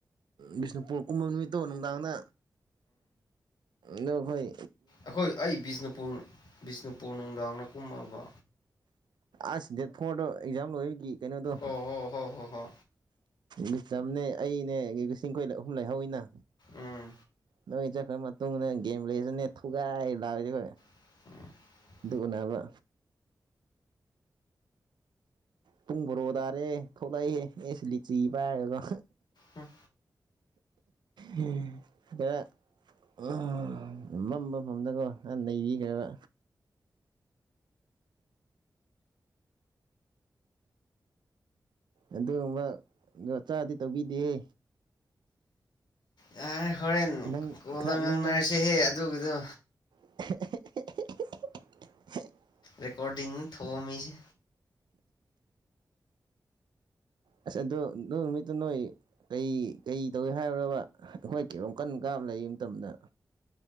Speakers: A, on the right (about 80°); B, on the left (about 80°).
A: ꯕꯤꯁꯅꯨꯄꯨꯔ ꯀꯨꯝꯃ ꯅꯨꯃꯤꯠꯇꯨ ꯅꯨꯡꯗꯥꯡꯗ ꯅ ꯈꯣꯏ
B: ꯑꯈꯣꯏ ꯑꯩ ꯕꯤꯁꯅꯨꯄꯨꯔ ꯕꯤꯁꯅꯨꯄꯨꯔ ꯅꯨꯡꯗꯥꯡꯅ ꯀꯨꯝꯃꯕ
A: ꯑꯁ ꯗꯦꯠ ꯐꯣꯔꯗꯣ ꯑꯦꯛꯖꯥꯝ ꯂꯣꯏꯑꯒꯤ ꯀꯩꯅꯣꯗꯣ
B: ꯑꯣ ꯍꯣ ꯍꯣ ꯍꯣ ꯍꯣ
A: ꯕꯤꯇꯝꯅꯦ ꯑꯩꯅꯦ ꯒꯤꯂꯤꯁꯤꯡ ꯈꯣꯏꯗ ꯑꯍꯨꯝ ꯂꯩꯍꯧꯏꯅ
B: ꯎꯝ
A: ꯅ ꯑꯩꯆꯠ ꯈꯔ ꯃꯠ ꯇꯨꯡꯅ ꯒꯦꯝ ꯂꯩꯔꯅꯦ ꯊꯧꯒꯥꯏ ꯂꯥꯏꯔꯗꯤ ꯕꯩ
B: <unintelligible>
A: ꯑꯗꯨꯒ ꯅꯕ ꯄꯨꯡ ꯕꯣꯔꯣ ꯗꯔꯦ ꯈꯧꯂꯛꯏ ꯑꯦꯁꯤ ꯂꯤꯆꯤ ꯄꯥꯏꯔꯒꯒꯣ
B: ꯎꯝ
A: ꯍꯦꯍꯦ ꯈꯔ ꯑꯝ ꯃꯝꯕ ꯃꯝꯗꯕ ꯈꯥ ꯅꯩꯔꯤ ꯈꯕ ꯑꯗꯨꯑꯨꯝꯕ ꯗꯣ ꯆꯥꯗꯤ ꯇꯧꯕꯤꯗꯦꯌꯦ
B: ꯌꯥꯔꯦ ꯍꯣꯔꯦꯟ
A: ꯅꯪ
B: ꯀꯣꯜꯗ
A: ꯈꯔ
B: ꯉꯥꯡꯅꯔꯁꯍꯦ
A: ꯅꯪ
B: ꯑꯗꯨꯒꯤꯗꯣ
A: ꯑꯦ ꯍꯦ ꯍꯦ ꯍꯦ ꯍꯦꯍꯦ ꯍꯦꯍꯦ
B: ꯔꯦꯀꯣꯔꯗꯤꯡꯊ ꯍꯣ ꯃꯤꯁ
A: ꯑꯁ ꯑꯗꯨ ꯅꯣꯏ ꯅꯨꯃꯤꯠꯇꯨ ꯅꯣꯏ ꯀꯩ ꯀꯩ ꯇꯧꯏ ꯍꯥꯏꯕ꯭ꯔꯕ ꯑꯩꯈꯣꯏ ꯀꯣꯝ ꯀꯟ ꯀꯥꯕ ꯂꯩ ꯃꯇꯝꯗ